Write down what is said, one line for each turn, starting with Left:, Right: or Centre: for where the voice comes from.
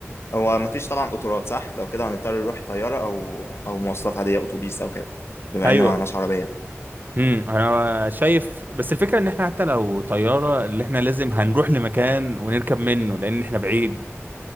Left: هو مفيش طبعا قطارات صح لو كده هنضطر نروح طياره او او مواصلات عاديه اتوبيس او كده بما
Right: ايوه
Left: ان معناش عربيه
Right: امم انا شايف بس الفكرة ان احنا حتى لو طيارة اللي احنا لازم هنروح لمكان ونركب منه لان احنا بعيد